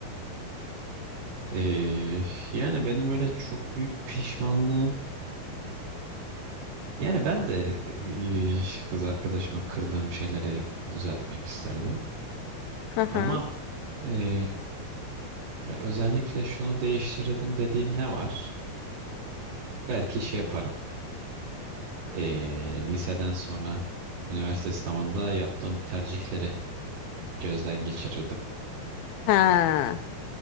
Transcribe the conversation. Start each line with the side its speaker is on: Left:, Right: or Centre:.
Right: Ee, yani benim öyle çok büyük pişmanlığım. Yani ben de e, kız arkadaşımı kırdığım şeyleri düzeltmek isterdim.
Left: Hı hı.
Right: Ama e, özellikle şunu değiştirdim dediğim ne var? Belki şey yaparım. Ee, liseden sonra üniversite sınavında yaptığım tercihleri gözden geçirirdim.
Left: Ha,